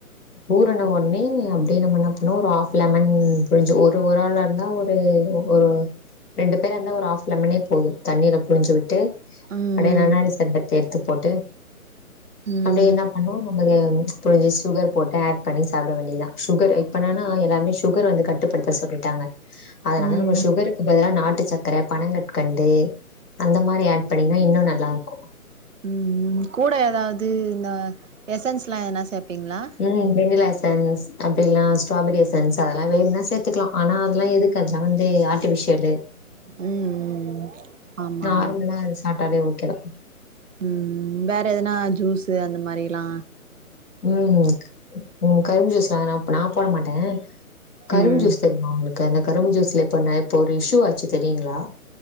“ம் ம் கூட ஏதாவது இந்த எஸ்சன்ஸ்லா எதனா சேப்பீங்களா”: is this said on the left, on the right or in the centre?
Right